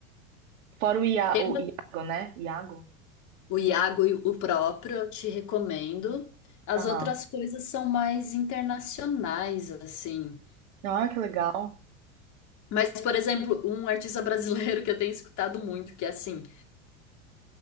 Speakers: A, on the right; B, on the left.
A: Fora o, Ia,
B: Tem
A: o
B: uma-
A: Iago, né? Iago?
B: o Iago e o próprio, eu te recomendo. As
A: Aham.
B: outras coisas são mais internacionais, assim.
A: Ah, que legal.
B: Mas, por exemplo, um artista <laughs> brasileiro que eu tenho escutado muito, que é assim.